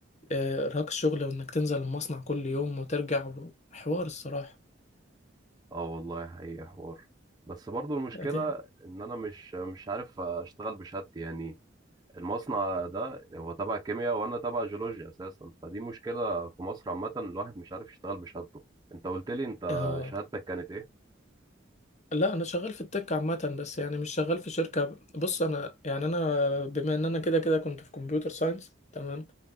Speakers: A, on the left; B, on the right.
A: آه، إرهاق الشغل وإنك تنزل المصنع كل يوم وترجع حوار الصراحة
B: اه والله حقيقة حوار بس برضو المشكلة
A: دي
B: ان انا مش مش عارف اشتغل بشهادتي يعني المصنع ده هو تبع كيمياء وانا تبع جيولوجيا اساسا فدي مشكلة في مصر عامة الواحد مش عارف يشتغل بشهادته انت قلت لي انت
A: اه
B: شهادتك كانت ايه؟
A: لا انا شغال في التك عامه بس يعني مش شغال في شركه بص انا يعني انا بما ان انا كده كده كنت في كمبيوتر ساينس تمام